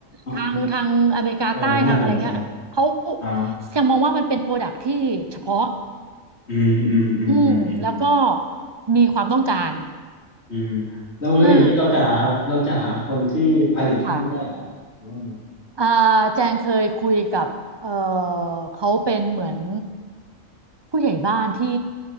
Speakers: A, on the right; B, on the left.
A: ทางทางอเมริกาใต้ทางอะไรเงี้ยเขา
B: อืมเออน่าสนใจ อ๋อ
A: ยังมองว่ามันเป็นโปรดักที่เฉพาะ
B: อืมอืมอืมอืมอืม
A: อืมแล้วก็มีความต้องการ
B: อืมแล้วแล้วอย่างนี้เราจะหาเราจะหาคนที่ผลิตให้ได้เหรอครับหรือว่าไง
A: เออค่ะ อ่าแจงเคยคุยกับเออเขาเป็นเหมือนผู้ใหญ่บ้านที่